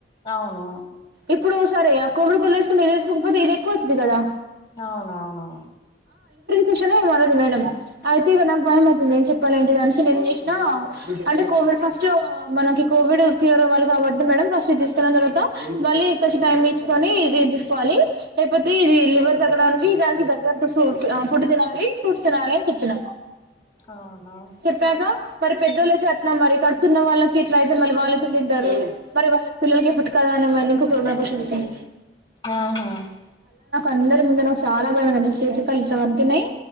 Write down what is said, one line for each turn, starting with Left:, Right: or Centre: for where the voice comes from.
Left: అవును
Right: ఇప్పుడు సరే ఇగ కొలి గోలి వేస్కుని ఇది యెస్కొక పోతే ఇది ఎక్కువవుతది కదా
Left: అవునవును
Right: కుషను మారింది మేడం అయితే ఇగ నాకు భయం అవుతుంది ఏం చెప్పాలి ఏంటిది అనేసి ఏం చేసినా అంటే కో విడ్ ఫస్ట్లో మనకి కోవిడ్ క్యూర్ అవ్వాలి కాబట్టి మేడం ఫస్ట్ ఇది తీసుకున్న తర్వాత మళ్ళీ కొంచెం టైం ఇచ్చుకొని ఇది తీసుకోవాలి లేకపోతే ఇది లివర్ తగ్గడానికి దానికి తగ్గట్టు ఫు ఆ ఫుడ్ తినాలి ఫ్రూట్స్ తినాలి అని చెప్పిన
Left: అవునా
Right: చెప్పాక మరి పెద్దొలయితే అట్లా మరి కడుతున్న వాళ్ళకి ఇట్ల అయితే మళ్ళీ వాళ్ళు ఎట్ల తింటారు మరి వాళ్ళ పిల్లలకి ఎఫెక్ట్ కదా అని మళ్ళీ ఇంకొక క్వషన్ వేసింది
Left: ఆహా
Right: అందరి ముందు నాకు చాలా బాందండి చేతిఫలిలు ఇట్లా అంతన్నాయి